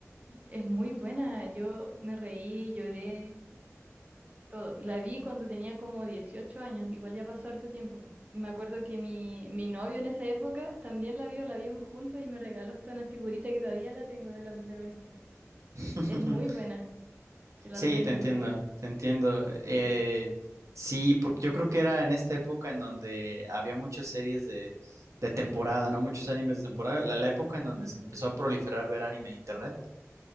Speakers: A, on the right (about 30°); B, on the right (about 70°).
A: Es muy buena, yo me reí, lloré, Todo. La vi cuando tenía como 18 años, igual ya pasó harto tiempo. Y me acuerdo que mi, mi novio en esa época también la vio, la vimos juntos y me regaló hasta una figurita que todavía la tengo de la protagonista.
B: <laughs>
A: Es muy buena, te la
B: Sí,
A: recomiendo.
B: te entiendo, te entiendo. Eh,
A: Sí,
B: sí, por- yo creo que era en esta época en donde había muchas series de, de temporada, ¿no? Muchos animes de temporada. La, la época en
A: sí,
B: donde se empezó a proliferar ver anime en internet.